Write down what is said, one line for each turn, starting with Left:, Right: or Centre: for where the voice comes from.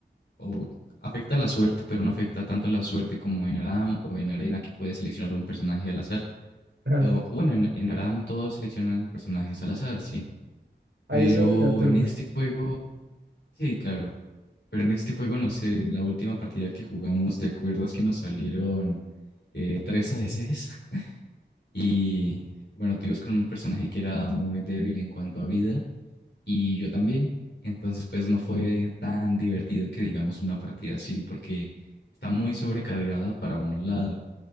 Left: o afecta la suerte, pero no afecta tanto la suerte como en Aram o en Arena que puedes seleccionar un personaje al azar.
Right: Claro,
Left: Eh, O, bueno, en, en Aram todos seleccionan personajes al azar, sí,
Right: ahí
Left: pero
Right: es obligatorio.
Left: en este juego, sí, claro. Pero en este juego, no sé, en la última partida que jugamos, ¿te acuerdas que nos salieron eh, tres ADCs? Y bueno, tú ibas con un personaje que era muy débil en cuanto a vida y yo también. Entonces, pues no fue tan divertido que digamos una partida así porque está muy sobrecargada para un lado.